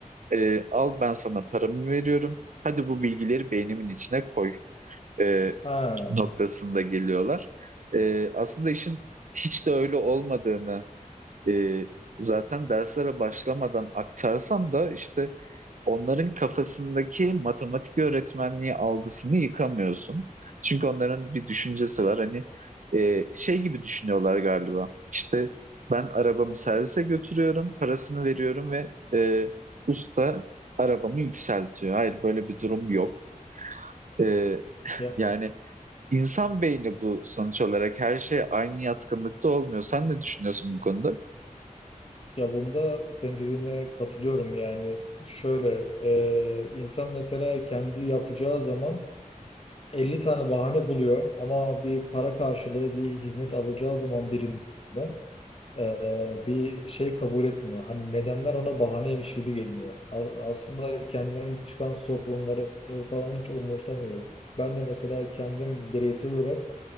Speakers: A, on the right; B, on the left.
A: E, al ben sana paramı veriyorum. Hadi bu bilgileri beynimin içine koy. E,
B: Ha
A: noktasında geliyorlar. Ee, aslında işin hiç de öyle olmadığını e, zaten derslere başlamadan aktarsam da işte onların kafasındaki matematik öğretmenliği algısını yıkamıyorsun. Çünkü onların bir düşüncesi var. Hani e, şey gibi düşünüyorlar galiba. İşte ben arabamı servise götürüyorum, parasını veriyorum ve e, usta arabamı yükseltiyor. Hayır böyle bir durum yok. E,
B: ya
A: yani İnsan beyni bu sonuç olarak her şey aynı yatkınlıkta olmuyor. Sen ne düşünüyorsun bu konuda?
B: ya bunda senin dediğine katılıyorum yani şöyle e, insan mesela kendi yapacağı zaman 50 tane bahane buluyor ama bir para karşılığı bir hizmet alacağı zaman birinden e, bir şey kabul etmiyor. Hani nedenler ona bahaneymiş gibi geliniyor. A- Aslında kendinden çıkan sorunları falan hiç umursamıyor. Ben de mesela kendim bireysel olarak